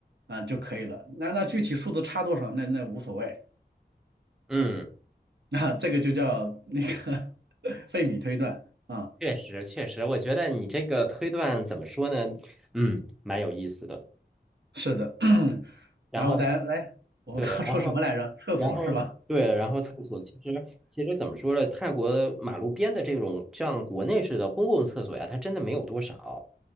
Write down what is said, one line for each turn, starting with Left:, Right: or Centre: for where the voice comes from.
Right: 啊就可以了。那那具体数字差多少，那那无所谓，
Centre: 嗯。
Right: 那、这个就叫那个 <laughs> 费米推断啊，
Centre: 确实，确实，我觉得你这个推断怎么说呢？嗯，蛮有意思的。
Right: 是的。<clears throat>
Centre: 然后，
Right: 然后咱来，我们刚刚说什么来着？
Centre: 对，然后，
Right: 厕所是吧？
Centre: 然后，对，然后厕所其实其实怎么说呢？泰国马路边的这种像国内式的公共厕所呀，它真的没有多少，